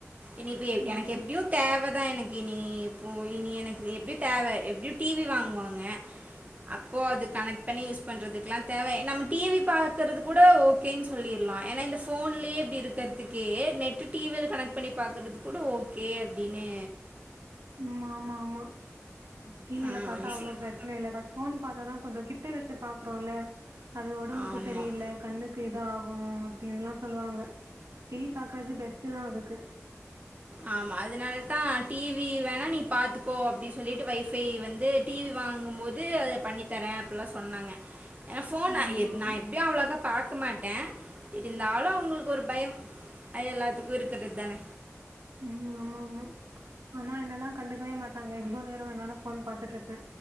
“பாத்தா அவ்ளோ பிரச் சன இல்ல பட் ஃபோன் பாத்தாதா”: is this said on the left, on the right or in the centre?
Right